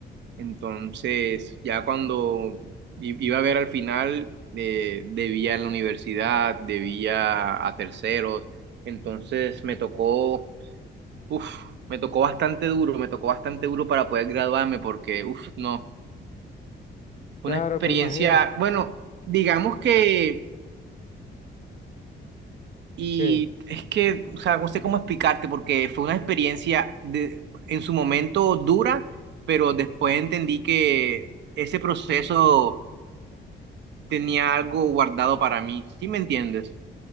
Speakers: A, on the right (about 70°); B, on the left (about 40°).
A: entonces ya cuando i- iba a ver al final eh, debía en la universidad, debía a terceros, entonces me tocó Uf, me tocó bastante duro, me tocó bastante duro para poder graduarme porque, uf, no, fue
B: Claro,
A: una experiencia,
B: me imagino
A: bueno, digamos que, y
B: que,
A: es que, o sea, no sé cómo explicarte porque fue una experiencia de, en su momento dura, pero después entendí que ese proceso tenía algo guardado para mí, ¿sí me entiendes?